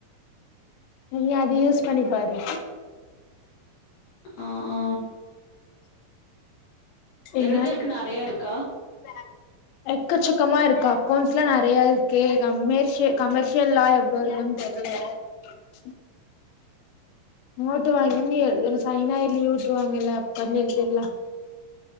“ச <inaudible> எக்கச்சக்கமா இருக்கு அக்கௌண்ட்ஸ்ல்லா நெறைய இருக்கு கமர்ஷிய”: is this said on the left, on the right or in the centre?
Left